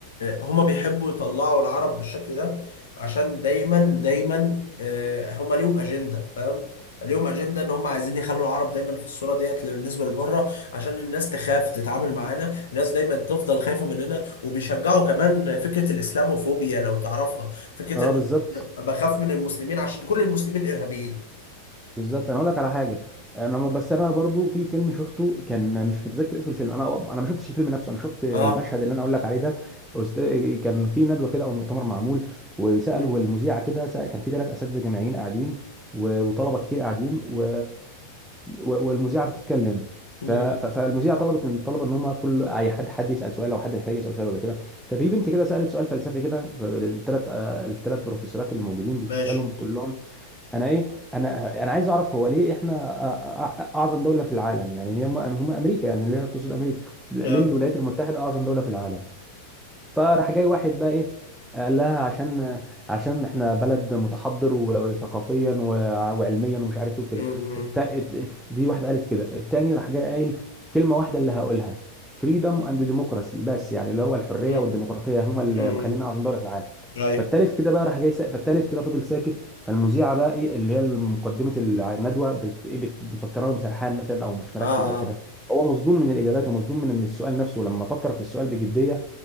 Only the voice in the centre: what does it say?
اه
بالظبط
بالظبط انا اقول لك على حاجه انا ما- بس انا برضو في فيلم شفته كان مش متذكر اسم الفيلم انا انا ما شفتش الفيلم نفسه انا شفت المشهد
اللي انا اقول لك عليه ده أست- كان في ندوه كده او مؤتمر معمول وسالوا
المذيعه كده سأل- كان في ثلاث اساتذه جامعيين قاعدين و- وطلبه كتير قاعدين و... و- والمذيعه بتتكلم
ف... ف... فالمذيعه طلبت من الطلبه ان هم كل اي حد حد يسال سؤال لو حد محتاج يسال سؤال ولا كده ففي بنت كده سالت سؤال فلسفي كده الثلاث الثلاث بروفيسورات اللي موجودين بتسالهم
بتقول لهم انا ايه انا انا عايز اعرف هو ليه احنا أ- أ- اعظم دوله في العالم يعني هي هم هم امريكا يعني اللي هي تقصد امريكا ليه
الولايات المتحده اعظم دوله في العالم فراح جاي واحد بقى ايه قال لها عشان عشان احنا بلد متحضر وثقافيا وع- وعلميا ومش عارف ايه وكده
الت... الت- دي واحده قالت كده التاني راح جاي قايل كلمه واحده اللي هقولها فريدم اند ديموكراسي بس يعني اللي هو الحريه
والديمقراطيه هما اللي
مخلينا اعظم دوله في العالم
فالتالت كده بقى راح جاي سا... فالتالت كده فضل ساكت فالمذيعه بقى ايه اللي هي مقدمه الندوه بت... ايه بت- مفكراه سرحان مثلا او مش مركز
او كده
هو مصدوم من الاجابات ومصدوم من السؤال نفسه لما فكر في السؤال بجديه